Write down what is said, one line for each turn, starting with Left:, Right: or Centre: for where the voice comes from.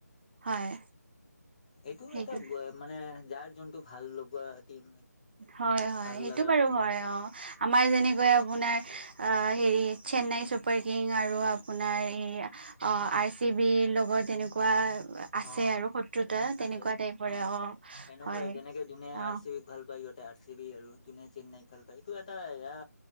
Right: হয়
Left: এইটো
Right: সেইটো
Left: এটা, মানে যাৰ যোনটো ভাল লগোৱা টিম।
Right: হয় হয়
Left: ভাল
Right: সেইটো
Left: লগা
Right: বাৰু হয় অ আমাৰ যেনেকৈ আপোনাৰ, হেৰি চেন্নাই চুপাৰ কিং আৰু আপোনাৰ
Left: অ
Right: এই, আৰ চি বি ৰ লগত তেনেকুৱা আছে
Left: অ',
Right: আৰু শত্ৰুতা তেনেকুৱা
Left: আছে
Right: টাইপৰে
Left: অ', এনেকুৱাই
Right: হয়
Left: যেনেকে যোনে
Right: অ
Left: আৰ চি বিক ভাল পায় ইহত আৰ চি বি আৰু যোনে চেন্নাইক ভাল পায়, এইটো এটা এয়া